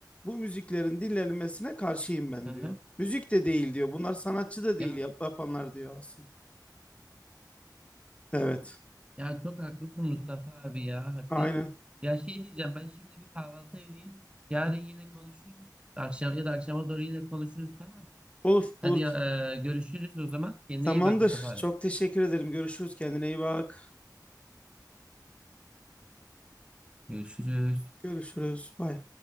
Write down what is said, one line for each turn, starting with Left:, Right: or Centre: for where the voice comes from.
Left: Bu müziklerin dinlenmesine karşıyım ben
Right: Hı hı.
Left: diyor. Müzik de değil diyor. Bunlar sanatçı da değil
Right: Ya
Left: yap yapanlar diyor aslında. Evet.
Right: Ya çok haklısın Mustafa abi ya hakikaten.
Left: Aynen.
Right: Ya şey diyeceğim ben şimdi bir kahvaltı edeyim. Yarın yine konuşuruz. Akşam ya da akşama doğru yine konuşuruz tamam.
Left: Olur,
Right: Hadi
Left: olur.
Right: ya, e, görüşürüz o zaman. Kendine
Left: Tamamdır.
Right: iyi bak Mustafa abi.
Left: Çok teşekkür ederim. Görüşürüz. Kendine iyi bak.
Right: Görüşürüz.
Left: Görüşürüz. Bay.